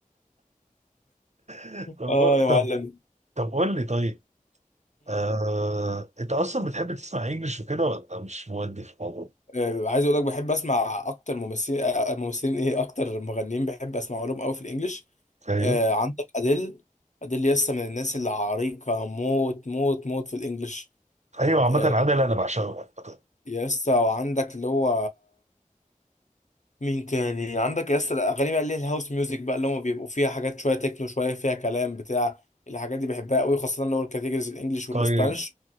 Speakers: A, on the right; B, on the left.
A: <laughs> طب
B: اه
A: قو-
B: يا معلم
A: طب طب قول لي طيب آه... انت اصلا بتحب تسمع انجلش وكده ولا مش مودي في الموضوع
B: آه، عايز اقول لك بحب اسمع اكتر ممثلين آه، ممثلين ايه اكتر مغنيين بحب اسمع لهم قوي في الانجليش
A: ايوه
B: آه، عندك اديل اديل يسا من الناس اللي عريقه موت موت موت في الانجليش
A: ايوه عامة
B: آه،
A: عادل انا بعشقه عامة.
B: يسا وعندك اللي هو مين تاني عندك يسا الاغاني بقى اللي هي الهاوس ميوزك بقى اللي هم بيبقوا فيها حاجات شويه تكنو شويه فيها كلام بتاع الحاجات دي بحبها قوي خاصه اللي هو الكاتيجوريز الانجليش
A: طيب
B: والاسبانش